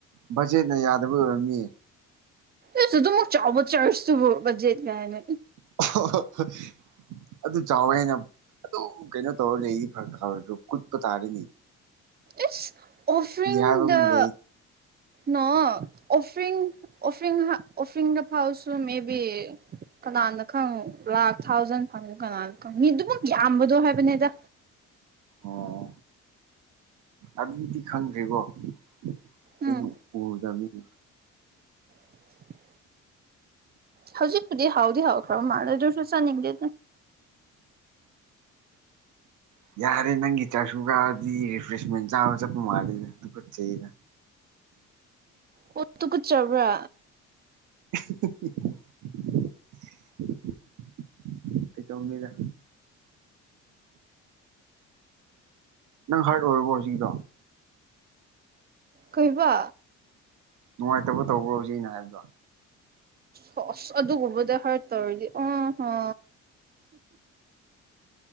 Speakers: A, on the right; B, on the right.
A: ꯕꯖꯦꯠꯅ ꯌꯥꯗꯕ ꯑꯣꯏꯔꯝꯅꯤ
B: ꯏꯁ ꯑꯗꯨꯃꯨꯛ ꯆꯥꯎꯕ ꯆꯥꯔꯖ ꯇꯨꯕꯨ ꯕꯖ‌ꯦꯠ ꯀꯥꯏꯅ
A: <unintelligible> ꯑꯗꯨ ꯆꯥꯎꯋꯦ ꯍꯥꯏꯅ ꯑꯗꯨꯝ ꯀꯩꯅꯣ ꯇꯧꯔ ꯂꯩꯗꯤ ꯐꯔꯛꯇ ꯍꯥꯎꯋꯦ ꯀꯨꯠꯄ ꯇꯥꯔ‌ꯦꯅ‌ꯦ
B: ꯏꯁ ꯑꯣꯞꯐ꯭ꯔꯡꯗ
A: ꯍꯥꯏꯕ ꯑꯃ ꯂꯩ
B: ꯅꫭ ꯑꯣꯐꯔꯤ ꯑꯣꯐꯔꯤ ꯑꯣꯐꯔꯤꯗ ꯐꯥꯎꯁꯨ ꯃꯦꯕꯤ ꯀꯅꯥꯗ ꯈꯪ ꯂꯥꯛ ꯊꯥꯎꯖꯟ ꯐꯪꯉꯨ ꯀꯅꯥꯗ ꯈꯪ ꯃꯤ ꯑꯗꯨ ꯃꯨꯛ ꯌꯥꯝꯕꯗꯣ ꯍꯥꯏꯕꯅꯦꯗ
A: ꯑꯣ ꯑꯗꯨꯗꯤ ꯈꯪꯗ꯭ꯔꯤꯕꯣ ꯑꯩꯅ
B: ꯎꯝ
A: ꯎꯗꯝꯃꯤꯅ
B: <inaudible> ꯍꯧꯖꯤꯛ ꯈꯨꯗꯤ ꯍꯥꯎꯗꯤ ꯍꯥꯎ ꯈ꯭ꯔꯥꯎ ꯃꯥ ꯑꯗꯨ꯭ꯔꯁꯨ ꯆꯅꯤꯡꯗꯦ
A: ꯌꯥꯔꯦ ꯅꯪꯒꯤ ꯆꯥꯁꯨ ꯀꯗꯤ ꯔꯤꯐ꯭ꯔꯦꯁꯃꯦꯟ ꯆꯥꯕ ꯆꯠꯄ ꯃꯥꯜꯂꯤꯠꯆꯗ
B: ꯑꯣ ꯇ ꯀ ꯆꯕ꯭ꯔꯥ
A: <unintelligible> ꯇꯧꯅꯤꯗ ꯅꯪ ꯍꯥꯔꯠ ꯑꯣꯏꯔꯕꯣ ꯍꯧꯖꯤꯛꯀꯤꯗꯣ
B: ꯀꯩꯕ꯫
A: ꯅꯨꯡꯉꯥꯏꯇꯕ ꯇꯧꯕ꯭ꯔꯣꯖꯤꯛ ꯑꯩꯅ ꯍꯥꯏꯕꯗꯣ
B: ꯍꯁ ꯑꯗꯨꯒꯨꯝꯕꯗ ꯍ꯭ꯔꯥꯠ ꯇꯧꯔꯗꯤ ꯑꯍꯥ